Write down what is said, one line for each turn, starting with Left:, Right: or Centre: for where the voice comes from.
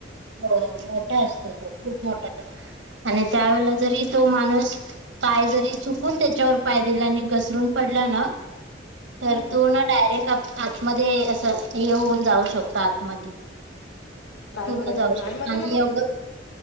Right: हो मोठा असतो तो खूप मोठा आणि त्यावेेळेला जरी तो माणूस पाय जरी चुकून त्याच्यावर पाय दिला आणि घसरून पडला ना - तर
Left: हम्म
Right: तो ना डायरेक्ट आतमध्ये असं हे होऊन जाऊ शकतो आतमध्ये
Left: काय
Right: पूर्ण
Left: करायचं
Right: जाऊ शकतो
Left: आणि मग त्याला मग
Right: एवढं